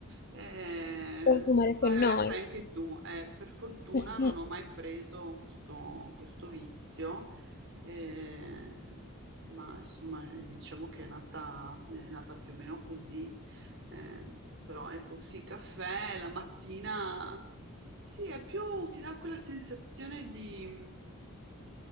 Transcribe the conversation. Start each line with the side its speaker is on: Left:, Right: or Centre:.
Right: eh,
Left: consumare con
Right: magari
Left: noi.
Right: la fai
Left: <laughs>
Right: anche tu. Eh, per fortuna
Left: Mm.
Right: non ho mai preso questo, questo vizio, eh, ma insomma diciamo che è nata, è nata più o meno così, eh, però ecco sì, caffè la mattina, sì, è più, ti dà quella sensazione di